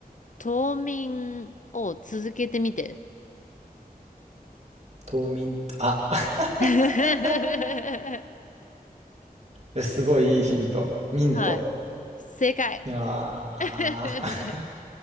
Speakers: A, on the left; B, on the right.
A: 冬眠を続けてみて。
B: 冬眠と、あ
A: <laughs>
B: <laughs> えすごいいいヒント。ミント。
A: はい。正解。
B: いやー、
A: <laughs>